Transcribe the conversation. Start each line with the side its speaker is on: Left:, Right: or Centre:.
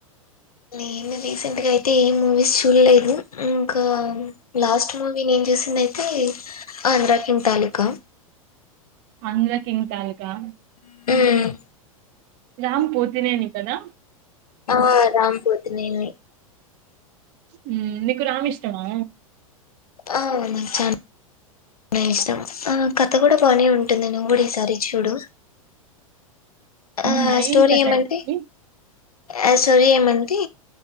Left: నేను రీసెంట్గా అయితే ఏం మూవీస్ చూడ్లేదు. ఇంకా లాస్ట్ మూవీ నేను చూసింది అయితే ఆంధ్రాకింగ్ తాలూకా
Right: ఆంధ్ర కింగ్ తాలుకా
Left: మ్
Right: రామ్ పోతినేని కదా
Left: ఆ రామ్ పోతినేని
Right: హ్మ్ నీకు రామ్ ఇష్టమా
Left: ఆ అవును చానా బానే ఇష్టం ఆ కథ గుడా బాగనే ఉంటుంది. నువ్ గుడా ఈసారి చూడు. ఆ
Right: అవునా
Left: స్టోరీ
Right: ఏం కథ
Left: ఏమంటే
Right: ఇంతకి
Left: ఆ స్టోరీ ఏమంటే